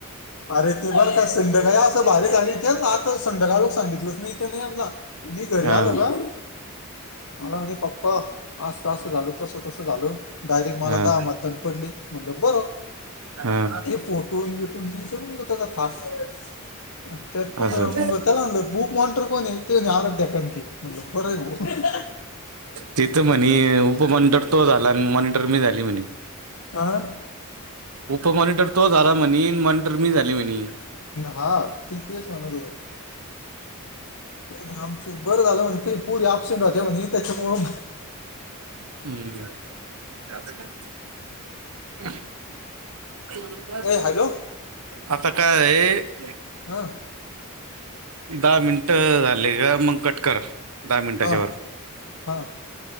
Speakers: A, on the left; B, on the right.
A: अरे ते बरं का, सिंंधकाळी असं भारीच सांगितल तेच ना आता संध्याकाळ लोक सांगितलंच नाही त्याने यानला, मी घरी
B: हा
A: आलो का मला म्हणे पप्पा असं तसं झाल, तसं तसं झाल. डायरेक्ट मला
B: हा
A: दहा मतदान पडलेत. म्हणतं बरं
B: हा
A: ते फोटुन बिटुन तू विचारू नको त्याचा फायदा. त्यात पण
B: असं
A: मग त्याला म्हणलं बुक मॉंनिटर कोणये? ते आराध्या कणकी, म्हणलं बर आहे भाऊ.
B: ते तर म्हणे उपमॉनिटर तो झाला, आणि मॉनिटर मी झाली म्हणे.
A: आ
B: उपमॉनिटर तो झाला म्हणे, मॉनिटर मी झाली म्हणे.
A: हा. ते तेच म्हणत होतो. नाही आमचे, बरं झालं म्हणे काही पोरी अऍबसेंट राहता म्हणे, त्याच्यामुळं
B: <unintelligible>
A: ए हॅलो
B: आता काय आहे?
A: हा.
B: दहा मिनिट झाले का, मग कट कर. दहा मिनिटाच्या
A: हा
B: वर
A: हा.